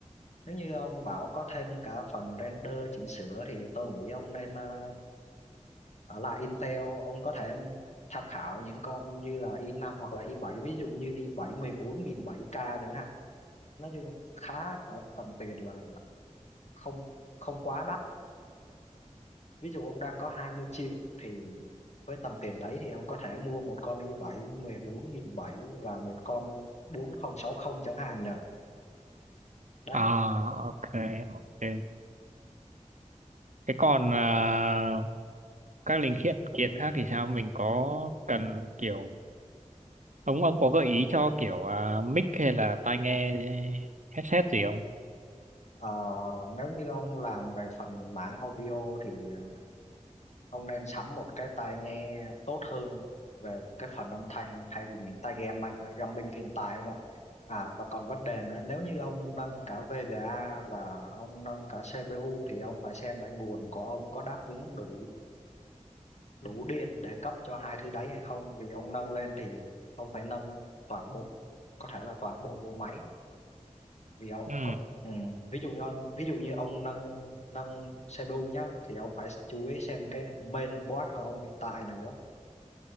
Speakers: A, on the left; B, on the right.
A: nếu như ông bảo có thêm cả phần render chỉnh sửa thì tôi nghĩ ông nên ờ, ở lại Intel ông có thể tham khảo những con như là i năm hoặc là i bảy ví dụ như i bảy mười bốn nghìn bảy k chẳng hạn nói chung khá ở tầm tiền là không không quá đắt ví dụ ông đang có 20 triệu thì với tầm tiền đấy thì ông có thể mua một con i bảy mười bốn nghìn bảy và một con 4060 chẳng hạn nhỉ đấy
B: À ok ok. Thế còn à, các linh kiện kiện khác thì sao mình có cần kiểu ông ông có gợi ý cho kiểu à, mic hay là tai nghe headset gì không?
A: ờ, nếu như ông làm về phần mảng audio thì ờ, ông nên sắm một cái tai nghe tốt hơn về cái phần âm thanh thay vì những tai game mang gaming hiện tại không ạ à và còn vấn đề nữa nếu như ông nâng cả VGA và ông nâng cả CPU thì ông phải xem lại nguồn của ông có đáp ứng đủ đủ điện để cấp cho hai thứ đấy hay không vì ông nâng lên thì ông phải nâng toàn bộ có thể là toàn bộ bộ máy vì ông
B: Ừ.
A: có, ừ, ví dụ như ví dụ như ông nâng nâng CPU nhá thì ông phải chú ý xem cái main board của ông hiện tại nữa